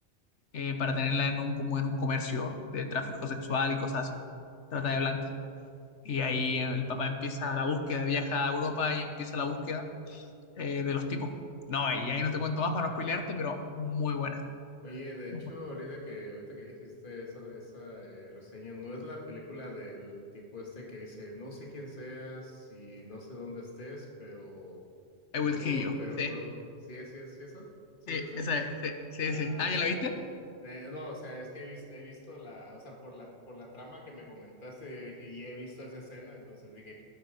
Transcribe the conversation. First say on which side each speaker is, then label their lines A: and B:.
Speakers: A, on the left; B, on the left.
A: eh, para tenerla en un, como en un comercio de tráfico sexual y cosas así. Trata de blanca. Y
B: ok.
A: ahí el papá empieza la búsqueda, viaja a Europa y empieza la búsqueda eh, de los tipos. No, y ahí no te cuento más para no spoilearte, pero muy buena.
B: Oye, de hecho,
A: I
B: ahorita que, ahorita que dijiste esa, esa eh, reseña, no es la película del tipo este que dice, no sé quién seas y no sé dónde estés, pero,
A: Will
B: pero juro,
A: Kill You.
B: pero
A: Sí,
B: juro que, sí, es- sí, es- sí, es esa, sí
A: sí,
B: es esa.
A: esa es, sí, sí,
B: Ah,
A: sí. Ah, ¿ya la
B: ok.
A: viste?
B: Eh, no, o sea, es que he visto, he visto la, o sea, por la, por la trama que me comentaste, yo dije, y he visto esa escena, entonces dije,